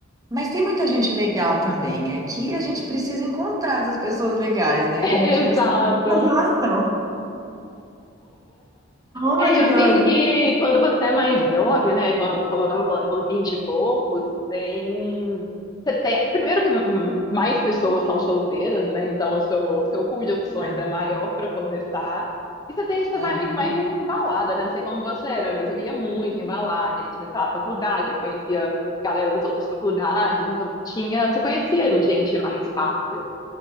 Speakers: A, on the right; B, on the left.
A: Mas tem muita gente legal também. É que a gente precisa encontrar essas pessoas legais, né?
B: <laughs> Exato.
A: Que a gente não sabe A estão. Onde
B: É, e eu
A: que
B: sinto
A: elas
B: que quando você é mais jovem, né, quando- como eu estava falando, com 20 e poucos, tem... Você tem... Primeiro que hum, mais pessoas são solteiras, né, então o seu, seu pool de opções
A: estão?
B: é maior para começar. E você tem, você
A: É,
B: vai
A: é.
B: muito mais em balada, né, não sei como você era, mas eu ia muito em balada, aí tinha, sei lá, faculdade, aí conhecia galera das outras faculdades, então tinha... Você conhecia gente mais fácil.